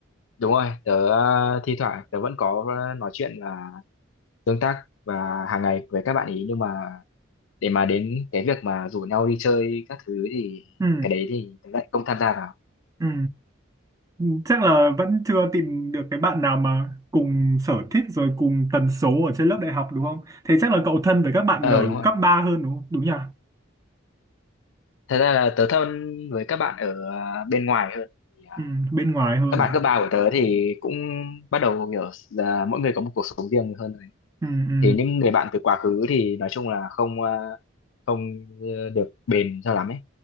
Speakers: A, on the left; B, on the right.
A: đúng rồi tớ ờ, thi thoảng tớ vẫn có ờ, nói chuyện và tương tác và hàng ngày với các bạn ý nhưng mà để mà đến cái việc mà rủ nhau đi chơi các thứ thì
B: ừ.
A: cái đấy thì tớ lại không tham gia vào
B: Ừ. Ừ, Chắc là vẫn chưa tìm được cái bạn nào mà cùng sở thích rồi cùng tần số ở trên lớp đại học đúng không? Thế chắc là cậu thân với các bạn
A: ờ
B: ở
A: đúng rồi
B: cấp ba hơn đúng không? Đúng nhỉ?
A: thật ra là tớ thân với các bạn ở ờ, bên ngoài hơn Thì, ờ,
B: Ừ, bên ngoài hơn
A: các bạn
B: à?
A: cấp ba của tớ thì cũng bắt đầu hiểu là mỗi người có một cuộc sống riêng hơn
B: Ừ, ừ,
A: thì những người bạn từ quá khứ thì nói chung là không ờ, không ờ, được bền cho lắm ấy